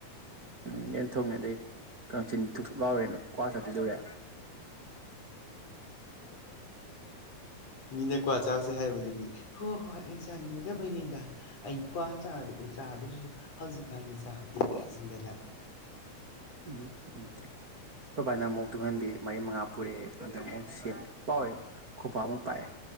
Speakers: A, on the right; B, on the left.
A: ꯎꯝ ꯑꯦꯩꯅ ꯊꯣꯡꯉꯦ ꯑꯗꯗꯒꯤ ꯀꯩꯅꯆꯤꯟ ꯊꯨ ꯊꯣꯛ ꯂꯥꯎꯋꯦꯅ ꯀ꯭ꯋꯥ ꯆꯥꯈꯤꯗꯧꯔꯦ
B: ꯃꯤꯅ ꯀ꯭ꯋꯥ ꯆꯥꯎꯁꯦ ꯍꯥꯏꯕꯗꯨꯗꯤ ꯍꯣꯏ ꯍꯣꯏ ꯑꯩꯅꯤꯡ ꯑꯩ ꯀ꯭ꯋꯥ ꯆꯥꯕꯗꯨ ꯆꯥꯗ꯭ꯔꯁꯨ ꯍꯧꯖꯤꯛꯀꯥꯟꯗꯤ ꯆꯥꯗꯦ ꯀꯥꯏ ꯍꯥꯏꯁꯤꯟꯗꯅ
A: ꯎꯝ ꯎꯝ ꯈꯣꯏ ꯕꯥꯅꯥ ꯑꯃꯨꯛ ꯇꯨꯡꯍꯟꯕꯤ ꯃꯔꯤ ꯃꯉꯥ ꯄꯨꯔꯛꯑꯦ ꯑꯗ ꯑꯃꯨꯛ ꯁꯦꯝ ꯄꯥꯛꯏ ꯈꯨꯄꯥꯛ ꯑꯃꯨꯛ ꯄꯥꯛꯑꯦ